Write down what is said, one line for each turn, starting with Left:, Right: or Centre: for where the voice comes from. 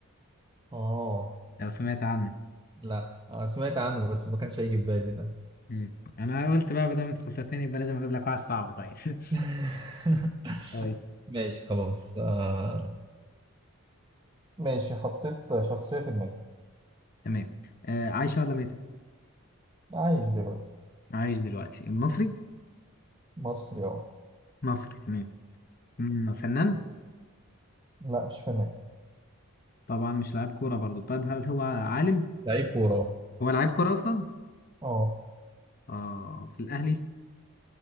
Right: آه
Left: لو سمعت عنه
Right: لا آه، سمعت عنه بس ما كانش هيجي في بالي ده
Left: مم. انا قلت بقى بدل ما انت خسرتني يبقى لازم اجيب لك واحد صعب طيب <laughs>
Right: <laughs>
Left: طيب
Right: ماشي خلاص آه... ماشي حطيت شخصية في دماغي
Left: تمام آه، عايشة ولا ميتة؟
Right: عايش دلوقتي
Left: عايش دلوقتي المصري
Right: مصري اه
Left: مصري تمام مم، فنان
Right: لا مش فنان
Left: طبعا مش لاعب كورة برضو طيب هل هو عالم
Right: لعيب كورة
Left: هو لاعب كورة أصلا
Right: اه
Left: اه في الأهلي